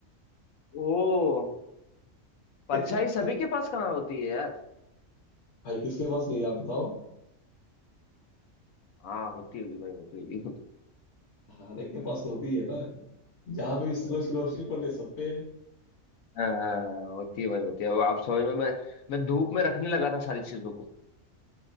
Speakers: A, on the left; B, on the left.
A: ओ परछाई
B: <laughs>
A: सभी के पास कहाँ होती है यार
B: भाई किसके पास नहीं है, आप बताओ
A: हाँ होती होगी भाई होती होगी
B: खाने के पास तो होती है ना जहाँ पे भी सूरज
A: <laughs>
B: की रोशनी पड़े सब पे
A: हाँ हाँ, हाँ, होती है भाई होती है अब आप समझ में मैं मैं धूप में रखने लगा था सारी चीजों को